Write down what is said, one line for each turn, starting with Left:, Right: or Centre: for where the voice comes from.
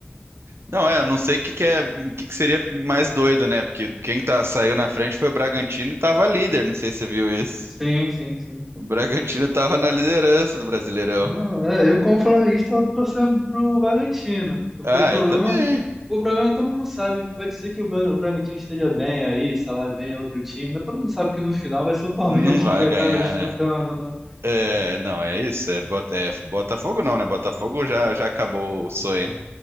Right: Não, é, eu não sei o que que é, o que que seria mais doido, né? Porque quem tá, saiu na frente foi o Bragantino e tava líder, não sei se você viu isso.
Centre: Sim, sim, sim.
Right: O Bragantino tava na liderança do Brasileirão.
Centre: Não, é, eu como flamenguista eu torcendo pro Bragantino, porque
Right: Ah,
Centre: o problema,
Right: eu também.
Centre: o problema todo mundo sabe, pode ser que o Bra- o Bragantino esteja bem aí, sei lá, bem é outro time, mas todo mundo sabe que no final vai ser o <laughs> Palmeiras
Right: Não
Centre: que
Right: vai
Centre: vai
Right: ganhar,
Centre: estar disputando,
Right: né?
Centre: né?
Right: É, não, é isso, é, Bota- é Botafogo não, né? Botafogo já, já acabou o sonho,